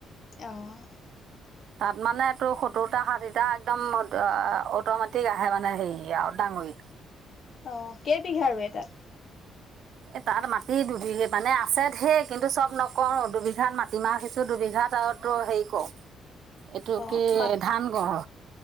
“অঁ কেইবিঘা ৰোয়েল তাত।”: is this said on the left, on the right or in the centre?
Left